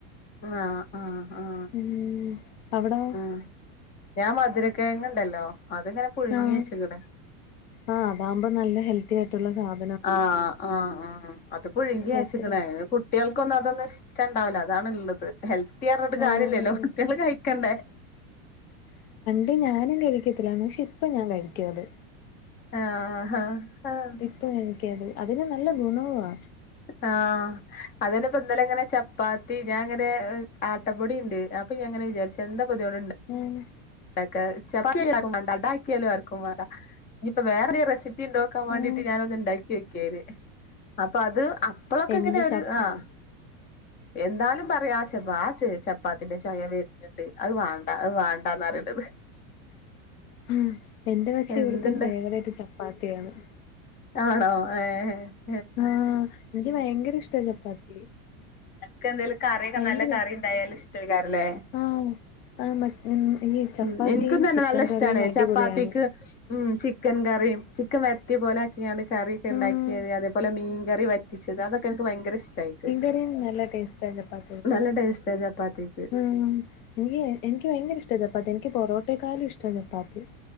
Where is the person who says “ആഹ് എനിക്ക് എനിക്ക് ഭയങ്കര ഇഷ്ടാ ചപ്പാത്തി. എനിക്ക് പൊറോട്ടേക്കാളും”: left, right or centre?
Left